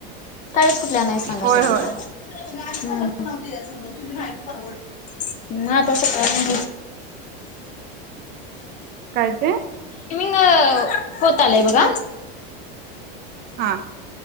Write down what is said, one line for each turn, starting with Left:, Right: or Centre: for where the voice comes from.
Left: काळीच कुठली आणयच सांगा
Right: होय
Left: सगळी
Right: होय
Left: सगा तुम्ही माहिती परवड ना तस का नाही
Right: कायते
Left: होत आलंय बघा
Right: हा